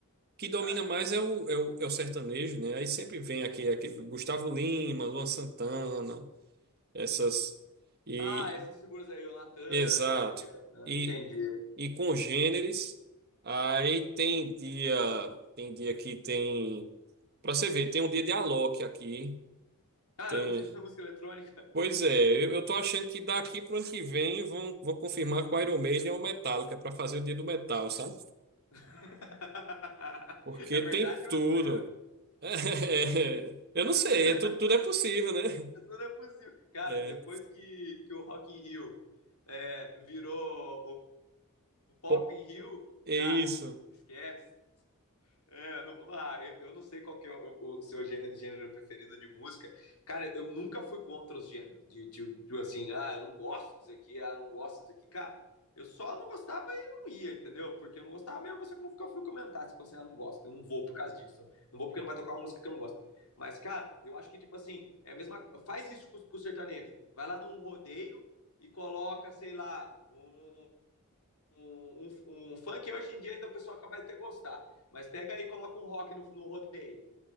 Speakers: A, on the right (about 45°); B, on the left (about 85°).
A: que domina
B: Caramba.
A: mais é o, é o, é o sertanejo, né? Aí sempre vem aqui, aquele Gustavo Lima, Luan Santana, essas. E,
B: Ah, essas figuras aí, o Natan,
A: exato.
B: que acho que. é, Ah,
A: E,
B: entendi.
A: e congêneres. Aí tem dia, tem dia que tem. Pra você ver, tem um dia de Alok aqui.
B: Caramba,
A: Tem.
B: tem <laughs> música eletrônica.
A: Pois é, eu, eu tô achando que daqui pro ano que vem vão, vão confirmar com o Iron Maiden ou Metallica para fazer o Dia do Metal, sabe?
B: <laughs>
A: Porque
B: é verdade
A: tem
B: ou
A: tudo.
B: é uma zoeira?
A: <laughs> É, eu não
B: <laughs>
A: sei, é tudo, tudo é possível, né?
B: Tudo é possível. Cara,
A: É,
B: depois que, que o Rock in Rio é, virou o Pop
A: pô,
B: in Rio,
A: é
B: cara,
A: isso.
B: esquece. É, não, ah, eu, eu não sei qual que é o, o seu gê- gênero preferido de música. Cara, eu, nunca fui contra os gêneros. De, de, de, assim, ah, eu não gosto disso aqui, ah, eu não gosto disso aqui. Cara, eu só não gostava e não ia, entendeu? Porque eu não gostava mesmo, mas só que eu nunca fui comentar. Tipo assim, ah, não gosto, eu não vou por causa disso. Não vou porque não vai tocar uma música que eu não gosto. Mas, cara, eu acho que, tipo assim, é a mesma. Faz isso com, com o sertanejo. Vai lá num rodeio e coloca, sei lá, um, um, um, um funk hoje em dia ainda o pessoal acaba de ter gostar. Mas pega aí e coloca um rock no, no rodeio